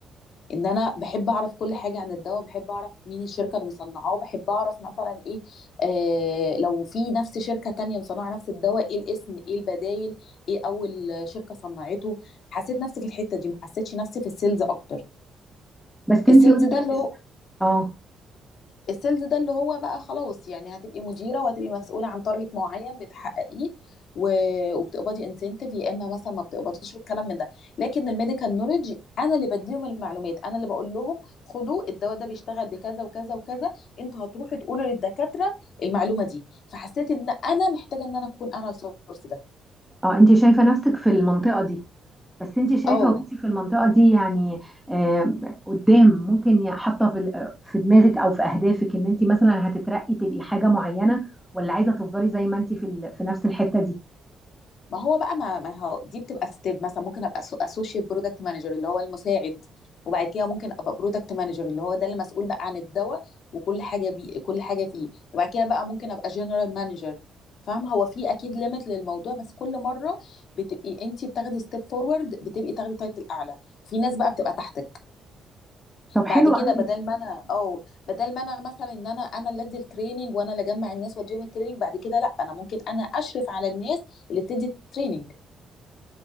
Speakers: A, on the left; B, in the centre.
A: ان انا بحب اعرف كل حاجه عن الدواء بحب اعرف مين الشركه اللي مصنعاه بحب اعرف مثلا ايه آه لو في نفس شركه تانية مصنعه نفس الدواء ايه الاسم ايه البدايل ايه اول شركه صنعته حسيت نفسي في الحته دي ما حسيتش نفسي في السيلز اكتر
B: بس
A: السيلز
B: انتي وانتي
A: ده
B: بتشتغلي
A: اللي هو
B: اه
A: السيلز ده اللي هو بقى خلاص يعني هتبقي مديره وهتبقي مسؤوله عن تارجت معين بتحققيه و- وبتقبضي انسنتيف يا اما مثلا ما بتقبضيش والكلام من ده لكن الميديكال نوليدج انا اللي بديهم المعلومات انا اللي بقول لهم خدوا الدواء ده بيشتغل بكذا وكذا وكذا انتوا هتروحوا تقولوا للدكاتره المعلومه دي فحسيت ان انا محتاجه ان انا اكون انا السورس ده
B: اه انتي شايفة نفسك في المنطقة دي بس انتي شايفة
A: اه
B: وانتي في المنطقة دي يعني آه قدام ممكن يا- حاطة في ال- في دماغك أو في أهدافك إن انتي مثلا هتترقي تبقي حاجة معينة ولا عايزة تفضلي زي ما انتي في ال- في نفس الحتة دي؟
A: ما هو بقى ما, ما هو دي بتبقى ستيب مثلا ممكن ابقى اسوشيت برودكت مانجر اللي هو المساعد وبعد كده ممكن ابقى برودكت مانجر اللي هو ده اللي مسؤول بقى عن الدواء وكل حاجه بي كل حاجه فيه وبعد كده بقى ممكن ابقى جنرال مانجر فاهم هو في اكيد ليميت للموضوع بس كل مره بتبقي انت بتاخدي ستيب فورورد بتبقي تاخدي تايتل اعلى وفي ناس بقى بتبقى تحتك
B: طب حلو
A: بعد كده
B: قوي
A: بدل ما انا او بدل ما انا مثلا ان انا انا اللي ادي التريننج وانا اللي اجمع الناس واديهم التريننج بعد كده لا انا ممكن انا اشرف على الناس اللي بتدي التريننج